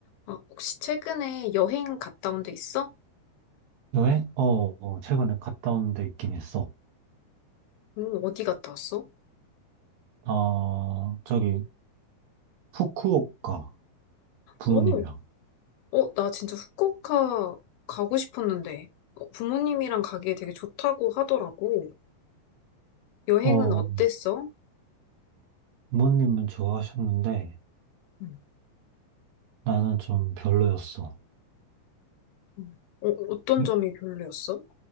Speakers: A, on the left; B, on the right.
A: 아, 혹시 최근에 여행 갔다 온데 있어?
B: 여행? 어, 어, 최근에 갔다 온 데 있긴 했어.
A: 오, 어디 갔다 왔어?
B: 아, 저기, 후쿠오카, 부모님이랑.
A: 오, 어, 나 진짜 후쿠오카 가고 싶었는데 어, 부모님이랑 가기에 되게 좋다고 하더라고. 여행은
B: 어,
A: 어땠어?
B: 부모님은 좋아하셨는데,
A: 음,
B: 나는 좀 별로였어.
A: 음. 어, 어떤
B: 이-
A: 점이 별로였어?